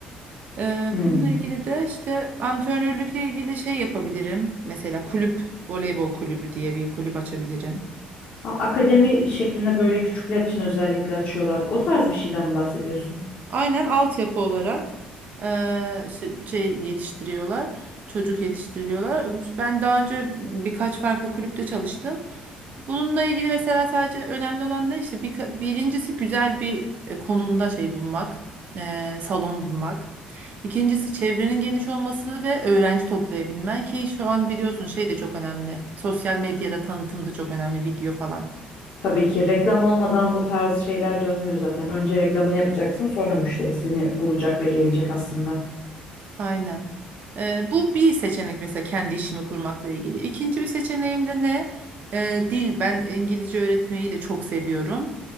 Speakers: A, on the right (about 50°); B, on the left (about 60°).
A: Ee,
B: Hmm.
A: bununla ilgili de işte antrenörlükle ilgili şey yapabilirim. Mesela kulüp, voleybol kulübü diye bir kulüp açabilirim.
B: A- Akademi şeklinde böyle küçükler için özellikle açıyorlar. O tarz bir şeyden mi bahsediyorsun?
A: Aynen altyapı olarak ee, şey şey yetiştiriyorlar. Çocuk yetiştiriliyorlar. Ben daha önce birkaç farklı kulüpte çalıştım. Bununla ilgili mesela sadece önemli olan ne işte bir, birincisi güzel bir e, konumda şey bulmak, e, salon bulmak. İkincisi çevrenin geniş olması ve öğrenci toplayabilmen ki şu an biliyorsun şey de çok önemli. Sosyal medyada tanıtım da çok önemli, video falan.
B: Tabii ki reklam olmadan bu tarz şeyler dönmüyor zaten. Önce reklamını yapacaksın, sonra müşterisini bulacak ve gelecek aslında.
A: Aynen. Ee, bu bir seçenek mesela kendi işimi kurmakla ilgili. İkinci bir seçeneğim de ne? Ee, dil. Ben İngilizce öğretmeyi de çok seviyorum.